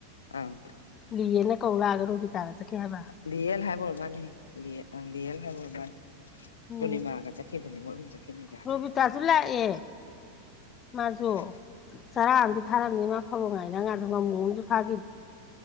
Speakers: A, on the left (about 70°); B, on the left (about 25°).
A: ꯑꯪ
B: ꯂꯤꯌꯦꯅ ꯀꯧ ꯂꯥꯛꯑꯒ ꯔꯣꯕꯤꯇꯥꯒ ꯆꯠꯈꯤ ꯍꯥꯏꯕ
A: ꯂꯤꯌꯦꯜ ꯍꯥꯟ ꯑꯣꯏꯔꯃꯥꯅꯦꯍꯦ ꯂꯤꯌꯦ ꯑꯪ ꯂꯤꯌꯦꯜ ꯍꯥꯏꯕ ꯑꯣꯏꯔꯃꯥꯅꯦ
B: ꯎꯝ
A: ꯄꯨꯔꯅꯤꯃꯥꯒ ꯆꯠꯈꯤꯕꯅꯤ ꯃꯣꯏ ꯑꯍꯨꯝ ꯆꯠꯈꯤꯃꯤꯒ ꯍꯥꯏꯔꯛꯏ
B: ꯔꯣꯕꯤꯇꯥꯁꯨ ꯂꯥꯛꯑꯦ ꯃꯥꯁꯨ
A: <unintelligible>
B: ꯆꯔꯥ ꯑꯝꯗꯤ ꯐꯥꯔꯝꯅꯤ ꯃꯥ ꯐꯕꯧꯉꯥꯅꯤꯅ ꯉꯥꯗꯨ ꯉꯥꯃꯨ ꯑꯝꯖꯨ ꯐꯥꯒꯤꯃꯤ